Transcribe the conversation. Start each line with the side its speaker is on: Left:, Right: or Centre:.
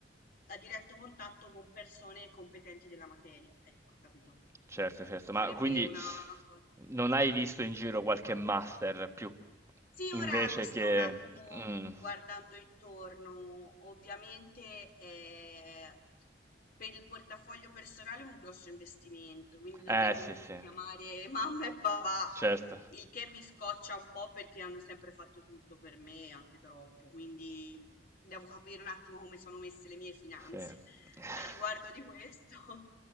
Left: a diretto contatto con persone competenti della materia, ecco, capito?
Right: Certo, certo,
Left: Sarebbe
Right: ma quindi
Left: una cosa.
Right: non hai visto in giro qualche master più
Left: Sì,
Right: invece
Left: ora mi sto
Right: che...
Left: un attimo
Right: mm.
Left: guardando intorno. Ovviamente eh, per il portafoglio personale è un grosso investimento, quindi dovrei
Right: Eh
Left: comunque
Right: sì, sì,
Left: chiamare mamma e papà
Right: certo.
Left: il che mi scoccia un po' perché hanno sempre fatto tutto per me, anche troppo, quindi devo capire un attimo come sono messe le mie finanze
Right: Sì.
Left: <laughs>
Right: <laughs>
Left: a riguardo di questo.